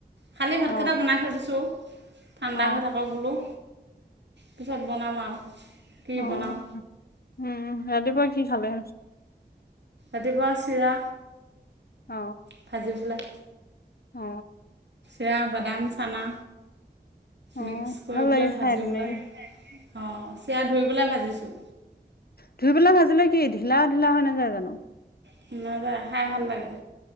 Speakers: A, on the right (about 85°); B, on the left (about 60°).
A: খালী ভাতকেইটা
B: অ
A: বনাই থৈ দিছোঁ ঠাণ্ডা
B: অ
A: হৈ থাককঁ বোলো পিছত বনাম আৰু কি
B: আহ
A: বনাওঁ
B: উম হতিুৱা কি খালে
A: আদদিিবাাসৰাা
B: অ
A: ভাজি বলৈাক
B: অ
A: এতিয়া বাদাম চানা
B: অ
A: মিক্স কৰিবলৈ
B: ভাল লাগে
A: ভাজিব
B: খাই তেনেকে
A: পলৈ অঁ চিৰাা ধুৰিবলৈাই ভাজিছোঁ
B: ধুই পেলা ভাজিলে কি ঢিলা ঢিলা হয় নেযায় জানো
A: শু নাযায় খাই ভাল লাগে